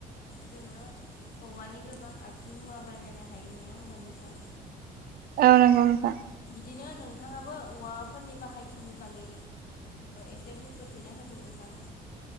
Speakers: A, on the left; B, on the right.
A: जोङो औवानि गोबां आगजु मुवा बानायनो हायो नङा होमबा नोंथां।
B: ओ नंगौ नोंथां।
A: बिदिनो नोंथाङाबो औवाफोरनि बाहायथिनि बागै एसे बुंफोरथिना होदो नोंथां।